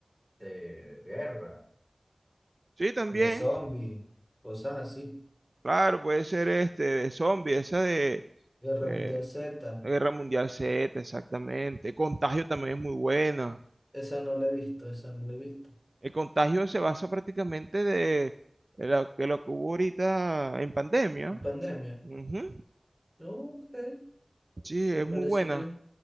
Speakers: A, in the centre; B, on the right (about 55°).
A: de guerra,
B: Sí, también,
A: de zombies, cosas así.
B: claro, puede ser este de zombie, esa de
A: Guerra
B: eh,
A: Mundial Z,
B: Guerra Mundial Z, exactamente. Contagio también es muy buena.
A: esa no la he visto, esa no la he visto.
B: El contagio se basa prácticamente de, de lo que lo que hubo ahorita en pandemia.
A: En pandemia.
B: Ujú.
A: No, ok,
B: Sí,
A: me
B: es
A: parece
B: muy buena.
A: bien.